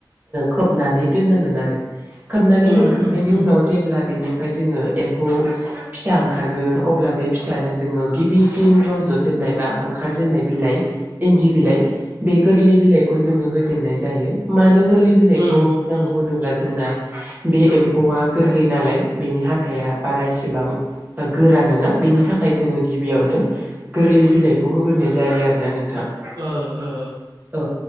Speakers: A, on the right; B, on the right.
A: खोबनानै दोननांगोन आरो, खोबनानै
B: उम
A: दोनखांनायनि
B: उम उम
A: उनाव जेब्ला बिनिफ्राय जोङो एम्फौ फिसा ओंखारगोन अब्ला बे फिसायानो जोङो गिबिसिन रज'जेननाय बा ओंखारजेननाय बिलाइ इन्दि बिलाइ बे गोरलै बिलाइखौ जोङो होजेननाय जायो। मानो गोरलै बिलाइखौ
B: उम
A: होनांगौ
B: उम
A: होनोब अब्ला जोंना बे एम्फौआ गोरलै नालाय बेनि हााइा बारा एसेबां गोरा नङा बेनि थाखाय जोङो गिबियावनो गोरलै बिलाइखौ होग्रोनाय जायो आरोना नोंथां।
B: ओ ओ
A: औ